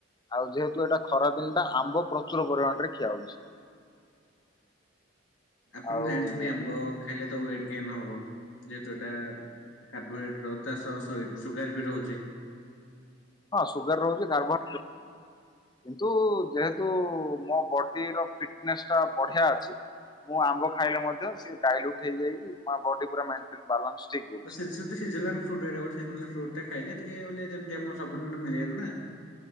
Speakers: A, on the left; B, on the left.
A: ଆଉ ଯେହେତୁ ଏଇଟା ଖରା ଦିନ ଟା ଆମ୍ବ ପ୍ରଚୁର ପରିମାଣରେ ଖିଆ ହଉଛି।
B: ଆପଣ
A: ଆଉ
B: ଜାଣିଛନ୍ତି ଆମ୍ବ ଖାଇଲେ ତ ୱେଟ ଗେନ୍ ହବ ଯେହେତୁ ଏଟା କାର୍ବୋହାଇଡ୍ରେଟ୍ ର ଚାଷ ସୁଗାର ବି ରହୁଛି।
A: ହଁ ସୁଗାର ରହୁଛି କାର୍ବୋହାଇଡ୍ରେଟ୍ ର କିନ୍ତୁ ଯେହେତୁ ମୋ ବଡିର ଫିଟନେସ୍ ଟା ବଢିଆ ଅଛି। ମୁଁ ଆମ୍ବ ଖାଇଲେ ମଧ୍ୟ ସେ ଡାଇଲ୍ୟୁଟ୍ ହେଇଯାଇକି ମୋ ବଡି ପୁରା ମେନ୍ ବାରଲ ଷ୍ଟିକ। <inaudible>
B: ସେ ସେ ଗୋଟେ ସିଜନାଲ ଫ୍ରୁଟ୍ ଗୋଟେ ସିଜନାଲ ଫ୍ରୁଟ୍ ଖାଇଲେ ଟିକେ ବେଳେ ସବୁଦିନ ତ ମିଳିବନି ନା।